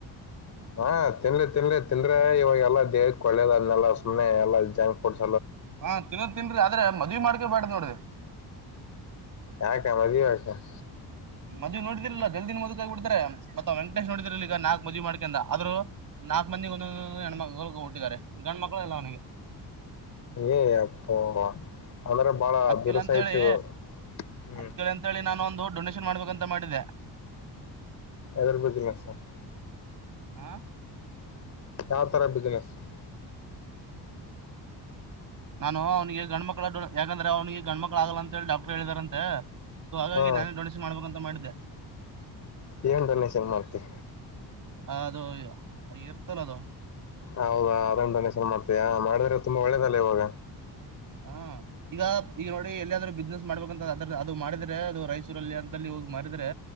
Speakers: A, on the left (about 40°); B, on the right (about 50°).
A: ಹಾ ತಿನ್ಲಿ ತಿನ್ಲಿ ತಿಂದ್ರೆ ಇವಾಗ ಎಲ್ಲಾ ದೇಹಕ್ ಒಳ್ಳೇದ್ ಅದನ್ನೆಲ್ಲಾ ಸುಮ್ಮನೆ ಎಲ್ಲ ಜಂಗ ಪಟ್ಟ. <inaudible>
B: ಹಾ ತಿನ್ನೋದ ತಿನ್ರಿ ಆದ್ರೆ ಮದ್ ಮಾಡ್ಕೋಬೇಡ ನೋಡ್ದ.. <inaudible>
A: ಹಾಕ ಮದ ಆಕ.. <unintelligible>
B: ಮದ್ ನೋಡಿದ್ರರ್ಲಲ್ಲ ಜಲ್ದಿನ ಮದುವಕಗಿ ಬಿಡ್ತಾರೆ ಮತ್ತ ವೆಂಕಟೇಶ್ ನೋಡಿದ್ರರ್ಲ್ಲ ಈಗ ನಾಕ್ ಮದ್ ಮಾಡ್ಕಂದ ಆದ್ರರು.. <inaudible> ನಾಲ್ಕ್ ಮಂದಿಗೆ ಒಂದೊಂದ ಹೆಣ ಮಕ್ಳ ಹುಟ್ಟಿದ್ದಾರೆ ಗಂಡ ಮಕ್ಳು ಎಲ್ಲ ಅವನಿಗೆ.. <inaudible>
A: ಎ ಅಪ್ಪ. <inaudible> ಅಂದ್ರೆ ಬಾಳ
B: ಅದ್ಕಿಲ್ಲ
A: ದುರಸಾಯತಿ
B: ಅಂತೇಳಿ
A: ಹ್ಮ್.
B: ಅದ್ಕಿಲ್ಲ
A: <inaudible>
B: ಅಂತೇಳಿ ನಾನು ಒಂದು ಡೊನೇಷನ್ ಮಾಡ್ಬೇಕಂತ ಮಾಡಿದ್ದೆ.. <inaudible>
A: ಎರ ಬದಿಸ. <inaudible>
B: ಹ. <inaudible>
A: ಯಾವ ತರ ಬಿಜನೆಸ್.. <inaudible>
B: ನಾನು ಅವ್ನಿಗೆ ಗಂಡ್ಮಕ್ಳ ಯಾಕಂದ್ರೆ ಅವನಿಗೆ ಗಂಡ್ಮಕ್ಳ ಆಗಲ್ಲ ಅಂತ ಹೇಳಿ ಡಾಕ್ಟರ್ ಹೇಳಿದಾರಂತೆ.. <inaudible> ಸೊ ಹಾಗಾಗಿ
A: ಹಾ
B: ನಾನೇ ಡೊನೇನ್ ಮಾಡಬೇಕಕ್ಂತ ಮಾಡಿದ್ದೆ..
A: ಏನ್ ಡೊನೇಷನ್ ಮಾಡ್ತಿ..
B: ಹ ಅದು ಇರ್ತಲ್ಲ ಅದು..
A: ಹೌದಾ ಅದಾನ ಡೊನೇಷನ್ ಮಾಡ್ತೀಯಾ ಮಾಡಿದ್ರೆ ತುಂಬಾ ಒಳ್ಳೇದಲ್ಲ ಇವಾಗ
B: ಹಾ ಈಗ ಈಗ ನೋಡಿ ಎಲ್ಲಿಯಾದ್ ಬಿಸ್ನೆಸ್ ಮಾಡ್ಬೇಕಂತ ಅದ ಅದು ಮಾಡಿದ್ರೆ ಅದು ರೈಚ್ಚುರಲ್ಲಿ ಅಂತ.. ಹೋಗ್ ಮಡಿದ್ರೆ..